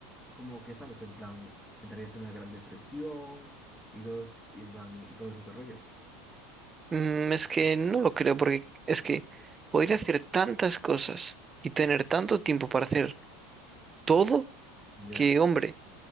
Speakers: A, in the centre; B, on the right.
A: como que, ¿sabes? En plan, entrarías en una gran depresión y todos, y en plan, y todos estos rollos.
B: mm, es que no lo creo, porque es que podría hacer tantas cosas y tener tanto tiempo para hacer todo
A: Ya,
B: que, hombre,